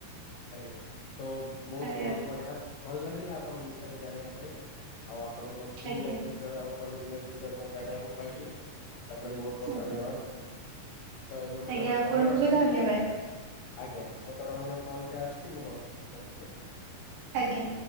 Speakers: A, on the left; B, on the right.
A: ଆଜ୍ଞା। ତ ବହୁତ
B: ଆଜ୍ଞା
A: ବହୁତ ବଢ଼ିଆ ଭଲ ଲାଗିଲା ଆପଣଙ୍କ ବିଷୟରେ ଜାଣିଆ ପାଇଁ ଆଉ ଆ ପଣଙ୍କ ସ୍କୁଲ
B: ଆଜ୍ଞା
A: ଲାଇଫ ବିଷୟ ଆଉ କଲେଜ ଲାଇଫ ବିଷୟରେ ମୁଁ ଜାଣିଆକୁ ପାଇଲି। ତା <unintelligible> ବହୁତ ବହୁତ
B: ଆଜ୍ଞା
A: ଧନ୍ୟବାଦ। ତ ଏବେ ମତେ
B: ଆଜ୍ଞା
A: ଗୋଟେ
B: ଆପଣଙ୍କୁ
A: କଲ ଆସିଛି
B: ବି ଧନ୍ୟବାଦ
A: ଆଜ୍ଞା ମତେ ଗୋଟେ ଅନ୍ୟ କଲଟେ ଆସୁଛି ମୁଁ ର ରଖୁଛି ଆଜ୍ଞା।
B: ଆଜ୍ଞା।